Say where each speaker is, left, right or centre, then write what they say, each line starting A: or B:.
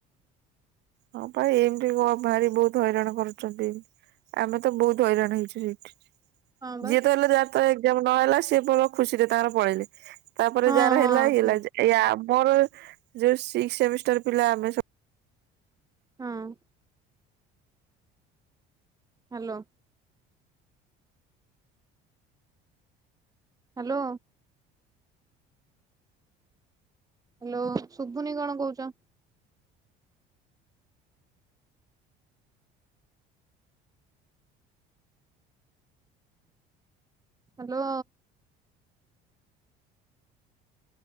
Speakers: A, on the right; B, on the right.
A: ହଁ ପା ଏମିତି କଣ ଭାରି ବହୁତୁ ହଇରାଣ କରୁଚନ୍ତି ଏମତି। ଆମେ ତ ବହୁତ ହଇରାଣ ହେଇଚୁ ହେଇଥିରେ।
B: ହଁ ବା।
A: ଯିଏ ତ ହେଲା ଯାରତ ଏଗଜାମ୍ ନହେଲା ସିଏ ପଳଉ ଖୁସିରେ ତାର ପଳେଇଲେ। ତାପରେ
B: ହଁ
A: ଯାହାର
B: ହଁ
A: ହେଲା ହି ହେଲା
B: ସେ
A: ଏ ଆମର ଯୋଉ ସିକ୍ଶ ସେମିଷ୍ଟାର ପିଲା ଆମେ ସବୁ
B: ହଁ। ହାଲୋ। ହାଲୋ। ହାଲୋ ଶୁବୁନି କଣ କହୁଚ? ହାଲୋ।